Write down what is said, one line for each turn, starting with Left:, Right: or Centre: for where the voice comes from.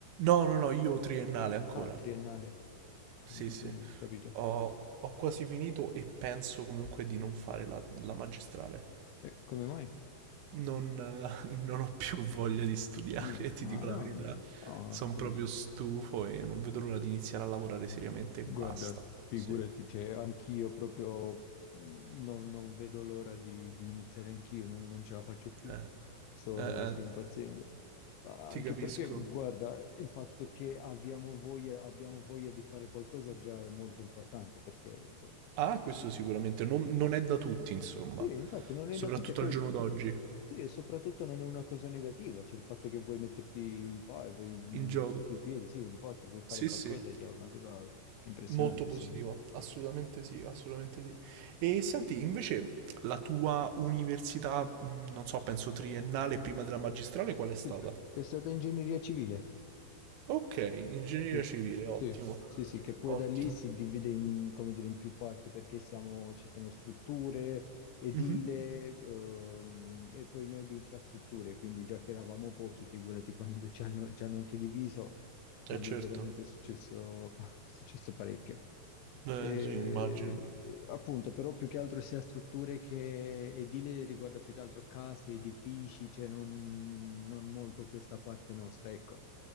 Right: No, no, no, io ho triennale ancora.
Left: Ah, triennale. Tri-
Right: Sì, sì.
Left: Triennale, ho capito.
Right: Ho, ho quasi finito e penso comunque di non fare la, la magistrale.
Left: E come mai?
Right: Non, <laughs> eh, non ho più voglia di studiare,
Left: Mm.
Right: <laughs> ti
Left: Ah,
Right: dico
Left: no,
Right: la verità.
Left: no, ho
Right: Sono
Left: capito.
Right: proprio stufo e non vedo l'ora di iniziare a lavorare seriamente e
Left: Guarda,
Right: basta.
Left: figurati,
Right: Sì.
Left: cioè, anch'io proprio mh, non, non vedo l'ora di, di iniziare anch'io, non, non ce la faccio più,
Right: Eh,
Left: sto,
Right: eh,
Left: sto
Right: eh,
Left: impazzendo. Ah,
Right: ti
Left: Anche
Right: capisco.
Left: perché, guarda, il fatto che abbiamo voglia, abbiamo voglia di fare qualcosa già è molto importante, perché, cioè,
Right: Ah, questo sicuramente non, non è da tutti, insomma.
Left: sì, infatti non
Right: Soprattutto
Left: è da tutti, e poi,
Right: al giorno d'oggi.
Left: sì, e soprattutto non è una cosa negativa, cioè il fatto che vuoi metterti in po' e vuoi, mh,
Right: In gioco.
Left: sui tuoi piedi, sì, in po' ti vuoi fare
Right: Sì,
Left: qualcosa
Right: sì.
Left: è già una cosa impressionante,
Right: Molto positivo.
Left: secondo me.
Right: Assolutamente sì, assolutamente sì. E senti, invece, la tua università, mh, non so, penso triennale prima della magistrale, qual è
Left: Sì,
Right: stata?
Left: è stata ingegneria civile.
Right: Ok, ingegneria
Left: Sì,
Right: civile, ottimo.
Left: sì, sì, sì, che poi
Right: Ottimo.
Left: da lì si divide in, come dire, in più parti perché siamo- ci sono strutture, edile,
Right: Mhm.
Left: ehm, e poi noi di infrastrutture, quindi già che eravamo pochi, figurati quando ci hanno, ci hanno anche diviso, cioè
Right: Eh
Left: lì
Right: certo,
Left: veramente è successo, <laughs> è successo parecchio.
Right: eh,
Left: E,
Right: sì, immagino.
Left: appunto, però più che altro sia strutture che edile riguarda più che altro case, edifici, cioè non, non molto questa parte nostra, ecco.